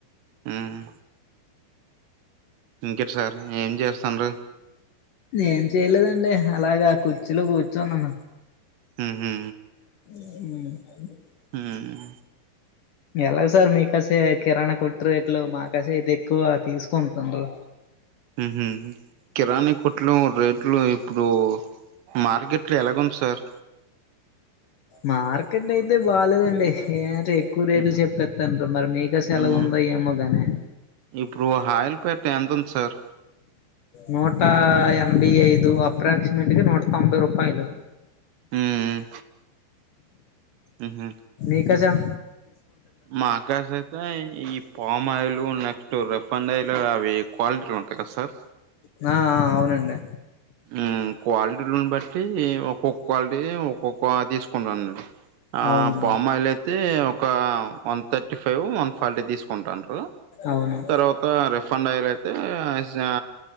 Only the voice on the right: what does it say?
మ్మ్ ఇంకేట్ సార్ ఏం చేస్తుండు
ఉ హూ
ఉహ్మ్
ఉహుమ్ కిరాణీ కుట్లు రేట్లు ఇప్పుడు మార్గేట్ లో ఎలాగుది సార్
హ్మ్.
హ్మ్.
ఇప్పుడు హాయిల్ పేట్ ఎంత్ ఉంద్ సార్
ఊ ఉమ్ ఉహు
మాకా సెత్ స ఈ palm oil next refined oil అవి క్వాలిటీలు ఉంటాయి కదా సార్
ఊమ్ క్వాలిటీలుని బట్టి ఒక్కొ క్వాలిటీది ఒక్కొక్క తీసుకుంటన్న నేను ఆ
పామాయిలయితే ఒక one thirty five one forty తీసుకుంటాన్రు
తర్వాత రిఫండ్ అయ్యలయితే స